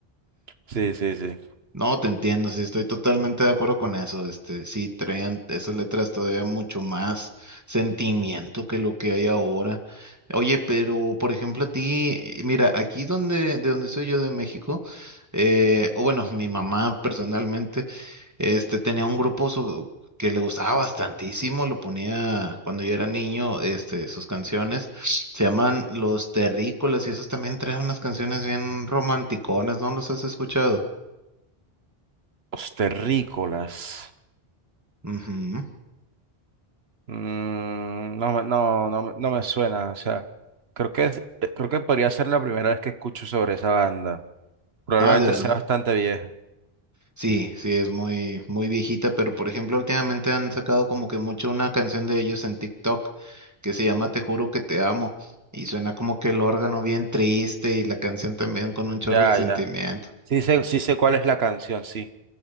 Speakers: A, on the right (about 75°); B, on the right (about 15°).
A: Sí, sí, sí.
B: No, te entiendo, sí, estoy totalmente de acuerdo con eso. Este, sí, traían esas letras todavía mucho más sentimiento que lo que hay ahora. Oye, pero por ejemplo, a ti, eh, mira, aquí donde, de donde soy yo de México, eh, o bueno, mi mamá personalmente, este, tenía un grupo su- que le gustaba bastantísimo, lo ponía cuando yo era niño, este, sus canciones. Se llaman Los Terrícolas y esos también traen unas canciones bien romanticonas, ¿no los has escuchado?
A: Los terrícolas.
B: Ujú.
A: Mm, no, me- no, no, me no me suena. O sea, creo que es- eh, creo que podría ser la primera vez que escucho sobre esa banda. Probablemente
B: Ah, de verdad.
A: sea bastante vieja.
B: Sí, sí, es muy, muy viejita, pero por ejemplo, últimamente han sacado como que mucho una canción de ellos en TikTok que se llama Te juro que te amo. Y suena como que el órgano bien triste y la canción también con un chorro
A: Ya,
B: de sentimiento.
A: ya. Sí sé, sí sé cuál es la canción, sí.